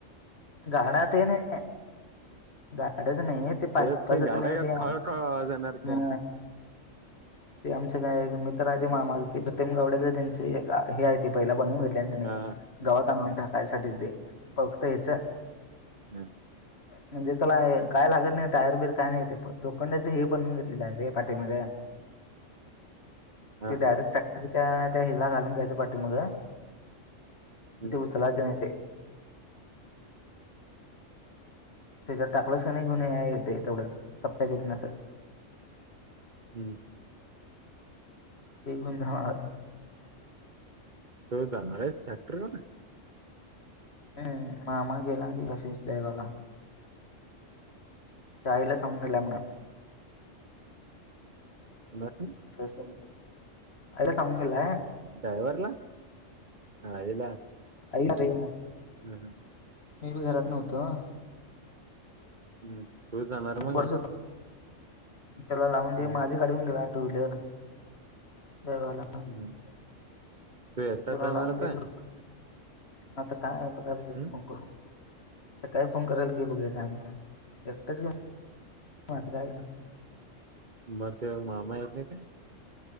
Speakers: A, on the left (about 55°); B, on the right (about 40°).
A: गाड्याते नाहीआहे गाड्याच नाही आहेत. ते पाईपचत
B: तेच की गाड्यागात
A: नाही ते आ
B: खळखळ आवाज येणार
A: ह
B: की
A: ते आमचे एक मित्र आहे, ते मामाझा ते प्रतेम गाडे त्यांचे हे आहे ते पहिला बनवून घेत.
B: हा
A: गावात आणून टाकायसाठीच दे फक्त हच
B: हम.
A: म्हणजे त्याला काय लागत नाही टायर बियर काय नाही, लोखंडाच हे बनून घेतलेलं आहे ते पाठीमाग.
B: हा
A: ते
B: हा
A: डायरेक्ट ट्रॅक्टरच्या त्या हिलला घालून घ्यायचं पाठी माग.
B: हा
A: ते उचलायचं नाही ते. त्याच्यात टाकलच का नाही गुण येत आहे तेवढंच कप्प्यात येत नाहीअस.
B: हम्म!
A: ते गुणधणार
B: तो जाणारस टॅक्टर बघायला.
A: हम् मामा गेला <unintelligible> आईला सांगून गेलाय म्हण.
B: बलासून.
A: आईला सांगून गेलाय.
B: ड्रायव्हरला. हा याला
A: आईला रे!
B: हम्म
A: मी बी घरात नव्हतो.
B: हम्म, तू जाणार मंग.
A: बरच होत त्याला लावून
B: हम्म
A: दे! माझी गाडी होऊन गेला टू व्हीलर बेळगावला.
B: हम्म! तू एकटात
A: तुला
B: जाणार
A: लावून
B: आता.
A: दे तर आता काय बघायजेेत
B: हम्म
A: फोन करून. सकाळी फोन कराल की बघ कामता एकटंच
B: हम्म.
A: काय ग
B: मग तेव्ह मामायेत नाही काय.